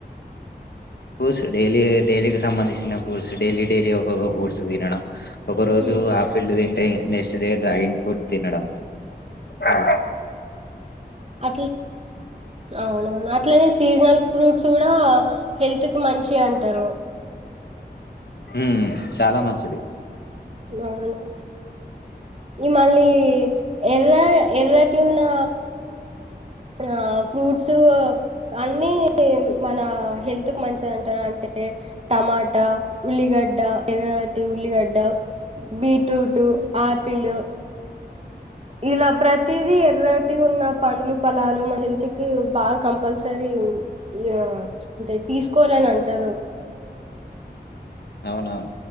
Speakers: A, on the left; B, on the right.
A: ఫూస్ డైలీ డైలీకి సంబంధించిన ఫూట్స్ డైలీ డైలీ ఒక్కొక్క ఫ్రూట్స్ తినడం ఒక రోజు
B: ఉమ్
A: ఆ ఫీల్డ్ తింటే నెక్స్ట్ డే డ్రాగింగ్ ఫ్రూడ్ తినడం ఆ
B: అట్లా అవునవును అట్లనే సీజనల్ ఫ్రూట్ స్ కూడ హెల్త్ కి మంచియి అంటరు.
A: హ్మ్ చాలా మంచిది.
B: బావున్నవా. ఈ మళ్ళీ ఎర్ర ఎర్రటి ఉన్నా ఆ ఫ్రూట్స్ అన్ని మన హెల్త్ కు మంచిది అంటరు. అ <inaudible> టమాట, ఉల్లిగడ్డ, ఎర్రటి ఉల్లిగడ్డ బీట్రూట్, ఆపిలు ఇలా ప్రతిదీ ఎర్రటి ఉన్న పండ్లు, పలాలు మన హెల్త్ కి బాగా కంపల్సరీ. రియిం యా ఇంకా తీసుకోవాలని అంటరు.
A: అవునవును